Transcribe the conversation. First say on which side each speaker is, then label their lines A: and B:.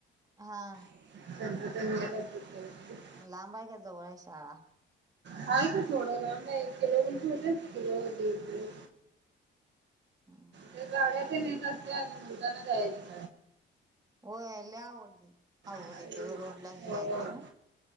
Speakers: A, on the right; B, on the right.
A: हा
B: <unintelligible>
A: लांब आहे का जवळ आहे शाळा
B: हाय की थोड लांब हाय एक किलो मीटर होतय किलो दिड किलो
A: हा, ह
B: ते गाड्या तेन नेत असत्यात दुकानात जायाचे.
A: होय, लय अवघड, अवघड
B: सगळ्यांना.
A: येतय वर रोडलाच
B: हो.
A: न्यायचं ना?